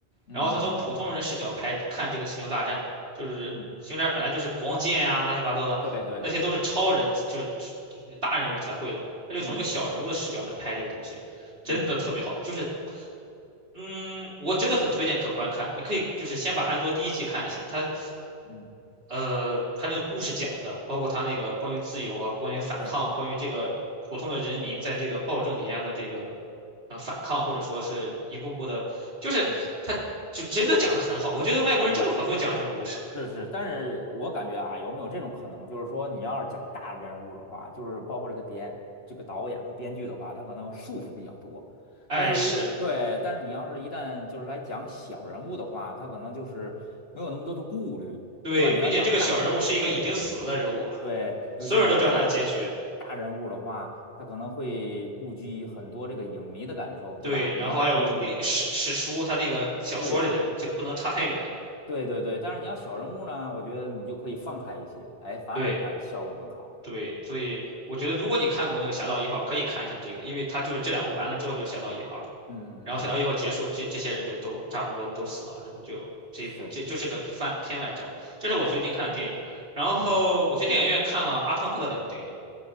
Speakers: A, on the left (about 75°); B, on the right (about 75°).
A: 嗯，
B: 然后他从普通人的视角拍看这个星球大战，
A: 嗯
B: 就是星球大战本来就是光剑呀、
A: 嗯嗯
B: 乱七八糟的，
A: 对对对，
B: 那些都是超人，就是就是就是大人物才会的，他就从一个小人物的视角来拍这个东西，
A: 嗯嗯
B: 真的特别好。
A: 嗯
B: 就是嗯，我真的很推荐可观看，你可以就是先把《安多》第一季看一下，它，
A: 嗯，
B: 呃，它那个故事讲的，包括它那个关于自由啊，关于反抗，
A: 是，
B: 关于这个普通的人民在这个暴政底下的这个，呃，反抗或者说是一步步的，就是它就真的讲的很好，
A: 嗯，
B: 我觉得外国人真的很会讲这种故事，
A: 明白。是是，但是我感觉啊，有没有这种可能，就是说你要是讲大人物的话，就是包括这个编、这个导演和编剧的话，他可能束缚比较多。
B: 哎，
A: 但是如对，
B: 是
A: 但是你要是一旦就是来讲小人物的话，他可能就是没有那么多的顾虑，
B: 对，
A: 对吧？你要讲大，
B: 并且这个小人物是一个已经死了的人物，
A: 对对，尤其你要大
B: 所有人都知道他的结局，
A: 大人物的话，他可能会顾及很多这个影迷的感受，
B: 对，
A: 对吧？
B: 然后还有历史史书，
A: 你要是问他给他
B: 他这个小说里的这个不能差太远。
A: 对。对对对，但是你要小人物呢，我觉得你就可以放开一些，哎，反而它效果更好。
B: 对，对，所以我觉得如果你看过那个《侠盗一号》，
A: 对，嗯
B: 可以看一下这个，因为它就是这两部完了之后就是《侠盗一号》了，
A: 嗯嗯嗯，
B: 然后《侠盗一号》结束，这这些人就都差不多都死了，然后就这一部这就是个翻片外账。
A: 是
B: 这是我最近看的电影，
A: 是，
B: 然后我去电影院看了阿汤哥的两部电影，
A: 嗯，